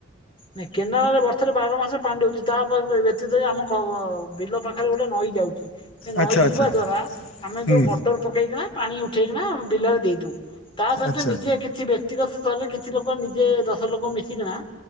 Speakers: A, on the left (about 25°); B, on the left (about 75°).
A: ନ କେନାଳରେ ବର୍ଷରେ ବାର ମାସରେ ପାଣି ଦଉଛି ତାପ ବ୍ୟତୀତରେ ଆମ ବିଲ ପାଖରେ ଗୋଟେ ନଈ ଯାଉଛି। ନଈ
B: ଆଚ୍ଛା ଆଚ୍ଛା
A: ଯିବା ଦ୍ଵାରା ଆମେ
B: ହୁଁ
A: ଯୋଉ ମଟର ପକେଇକିନା ପାଣି ଉଠେଇକିନାମେ ବିଲରେ ଦେଇଦଉ। ତା ସହିତ
B: ଆଚ୍ଛା
A: ନିଜେ କିଛି ବ୍ୟକ୍ତିଗତ ସ୍ତରରେ କିଛି ଲୋକ ନିଜେ ଦଶ ଲୋକ ମିଶିକିନା